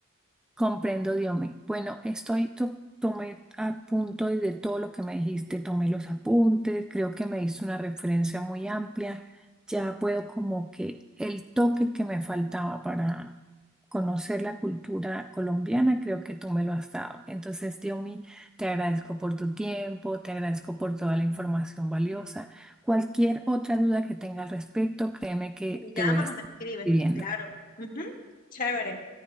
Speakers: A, in the centre; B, on the left.
A: Comprendo, Diomi. Bueno, estoy, to- tomé a punto de todo lo que me dijiste, tomé los apuntes, creo que me diste una referencia muy amplia. Ya puedo como que el toque que me faltaba para conocer la cultura colombiana, creo que tú me lo has dado. Entonces, Diomi, te agradezco por tu tiempo, te agradezco por toda la información valiosa. Cualquier otra duda que tenga al respecto, créeme que
B: Me llamas
A: te voy a estar
B: o me escribes.
A: pidiendo.
B: Claro. Ujú. Chévere,